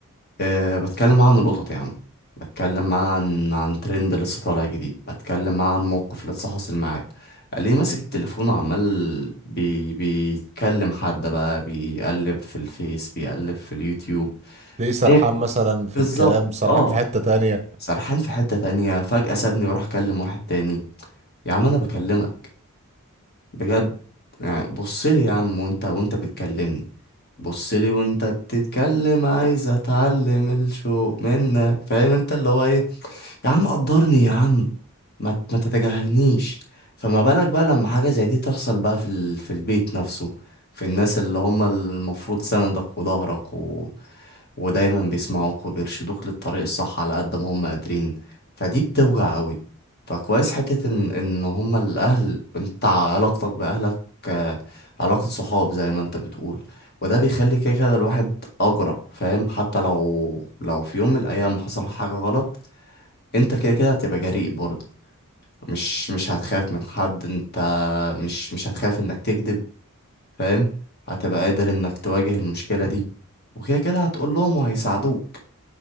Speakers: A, on the left (about 45°); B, on the right (about 30°).
A: آه، بتكلم معاه عن القطط يا عم بتكلم معاه عن عن ترند لسه طالع جديد بتكلم معاه عن موقف لسه حاصل معاه ليه ماسك التليفون وعمال بي بيتكلم حد بقى بيقلب في الفيس بيقلب في اليوتيوب
B: ليه سرحان
A: هي
B: مثلا في
A: بالظبط
B: الكلام سرحان
A: اه
B: في حته تانية
A: سرحان في حتة تانية فجأة سابني وراح كلم واحد تاني يا عم انا بكلمك بجد يعني بصلي يا عم وانت وانت بتكلمني بصلي وانت بتتكلم عايز اتعلم الشوق منك فاهم انت اللي هو ايه يا عم قدرني يا عم ما ت- ما تتجاهلنيش فما بالك بقى لما حاجة زي دي تحصل بقى في ال... في البيت نفسه في الناس اللي هم المفروض سندك وظهرك ودايما بيسمعوك وبيرشدوك للطريق الصح على قد ما هم قادرين فدي بتوجع قوي فكويس حتة ان ان هم الاهل انت علاقتك باهلك آه، علاقة صحاب زي ما انت بتقول وده بيخلي كده كده الواحد اجرأ فاهم حتى لو لو في يوم من الايام حصل حاجة غلط انت كده كده هتبقى جريء برضه مش مش هتخاف من حد انت مش مش هتخاف انك تكذب فاهم هتبقى قادر انك تواجه المشكلة دي وكده كده هتقول لهم وهيساعدوك